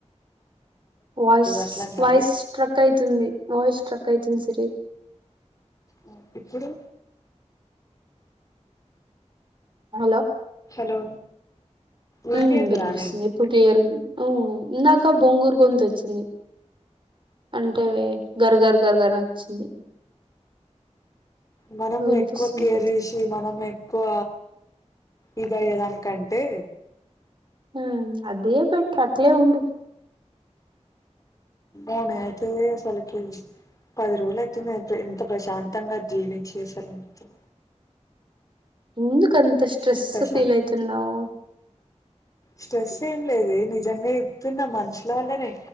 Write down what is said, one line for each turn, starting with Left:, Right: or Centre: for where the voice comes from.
Right: వాయిస్
Left: అట్లని
Right: వాయిస్
Left: కాదు
Right: స్ట్రక్ అయితుంది వాయిస్ స్ట్రక్ అయితుంది సిరి
Left: ఓ ఇప్పుడు
Right: హలో
Left: హలో వినిపియట్లేదానే
Right: మ్ వినిపిస్తుంది ఇప్పుడు క్లియర్గ్ ఉంది ఊ ఇందాక బొంగూరు గొంతు వచ్చింది అంటే గర్గర్ గర్ గర్ అని వచ్చింది
Left: మనము
Right: ఇప్పుడు వినిపిస్తుంది
Left: ఎక్కువ కేర్ చేసి మనం ఎక్కువ ఇది అయ్యేదానికంటే
Right: ఆ అదే బేటర్ అట్లే ఉండు
Left: ఆమే అయితే అసలుకి పది రోజులు అయితుంది అయితే ఎంత ప్రశాంతంగా జీవించి అసలు మొత్తం
Right: ఎందుక అంత స్ట్రెస్
Left: ప్రశాంత్
Right: ఫీల్ అయితున్నావ్
Left: స్ట్రెస్ ఏం లేదే నిజంగా చెప్తున్న మనుషుల వల్లనే